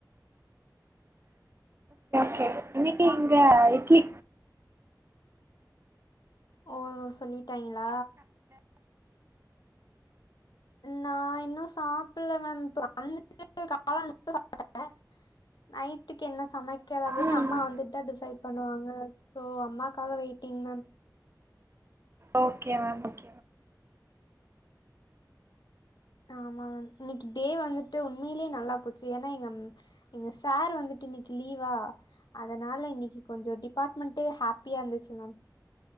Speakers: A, on the right (about 35°); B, on the left (about 75°).
A: கே இன்னைக்கு எங்க இட்லி
B: ஓ சொல்லிட்டாங்களா நான் இன்னும் சாப்பல மேம் இப்ப வந்துட்டு கால சான் நைட்டுக்கு என்ன சமைக்கதுன்னு
A: ம்
B: அம்மா வந்துட்டு தான் டிசைட் பண்ணுவாங்க சோ அம்மாக்காக வெயிட்டிங
A: ஓகே மேம் ஓக
B: ஆமா மேம் இன்னைக்கு டே வந்துட்டு உண்மையிலயே நல்லா போச்சு ஏன்னா எங்க எங்க சார் வந்துட்டு இன்னைக்கு லீவா அதனால இன்னைக்கு கொஞ்சம் டிபார்ட்மெண்ட்ட ஹாப்பியா இருந்துச்சு மேம்